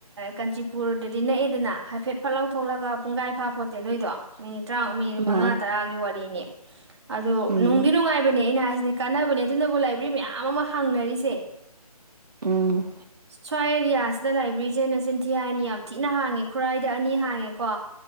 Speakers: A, on the right; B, on the right.
A: ꯀꯥꯟꯆꯤꯄꯨꯔꯗꯗꯤ ꯅꯛꯑꯦꯗꯅ ꯍꯥꯏꯐꯦꯠ ꯐꯠ ꯂꯧꯎ ꯊꯣꯛꯂꯒ ꯄꯨꯡꯈꯥꯏ ꯐꯥ <unintelligible> ꯇꯔꯥ ꯃꯤꯅꯤꯠ
B: ꯃꯥꯅꯦ
A: ꯃꯉꯥ ꯇꯔꯥꯒꯤ ꯋꯥꯔꯤꯅꯤ ꯑꯗꯨ
B: ꯎꯝ
A: ꯅꯨꯡꯗꯤ ꯅꯨꯡꯉꯥꯏꯕꯅꯦ ꯑꯩꯅ ꯍꯥꯏ ꯀꯥꯟꯅꯕꯅꯦ ꯑꯗꯨꯅꯕꯨ ꯂꯥꯏꯕ꯭ꯔꯤ ꯃꯌꯥꯝ ꯑꯃ ꯍꯥꯡꯅꯔꯤꯁꯦ
B: ꯎꯝ
A: ꯁ꯭ꯋꯥꯏ ꯑꯦꯔꯤꯌꯥꯁꯤꯗ ꯂꯥꯏꯕ꯭ꯔꯤꯁꯦ ꯅꯆꯤꯟꯊꯤ ꯍꯥꯏꯅꯤ ꯌꯥꯝ ꯊꯤꯅ ꯍꯥꯡꯉꯦ ꯈꯨꯔꯥꯏꯗ ꯑꯅꯤ ꯍꯥꯡꯉꯦꯀꯣ